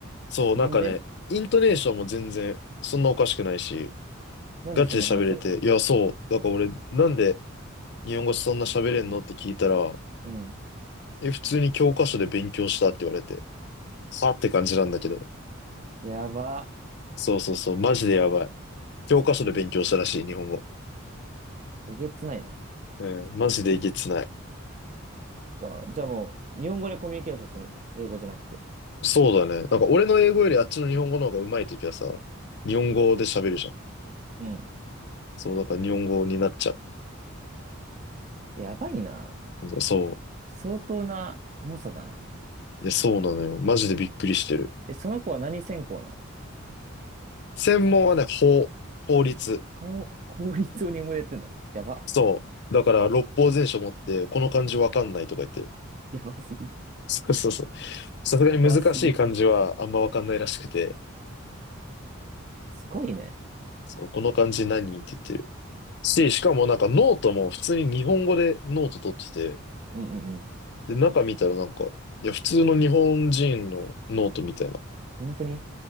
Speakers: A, on the left; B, on the right.
A: そう、
B: なんで
A: なんかね、イントネーションも全然、そんなおかしくないし、
B: なんでそんな話せるの
A: ガチで喋れて、いや、そう、だから俺、なんで日本語そんな喋れんのって聞いたら、
B: うん。
A: え、普通に教科書で勉強したって言われて、さって感じなんだけど、
B: やば。
A: そうそうそう、マジでやばい。教科書で勉強したらしい、日本語。
B: えげつないな。
A: うん、マジでいけつない。
B: か。じゃあもう、日本語でコミュニケーションするんだ。英語じゃなくて。
A: そうだね。なんか俺の英語よりあっちの日本語の方が上手いときはさ、日本語で喋るじゃん。
B: うん。
A: そう、だから日本語になっちゃ
B: やばいな。
A: う。でそ
B: 相当な猛者だな。
A: う。いや、そうなのよ。
B: え、
A: マジでびっくりしてる。
B: えその子は何専攻なの
A: 専門はね、法、法律。
B: 法、法律を日本語でやってんのやば。
A: そう。だから六法全書持って、この漢字わかんないとか言ってる。
B: やばすぎ。
A: そうそうそう。さすがに難しい漢字はあんまわかんないらしくて、
B: 怖すぎ。すごいね。
A: そう、この漢字何って言ってる。し、しかもなんかノートも普通に日本語でノート取ってて、
B: うんうんうん。
A: で、中見たらなんか、いや、普通の日本人のノートみたいな。
B: 本当に。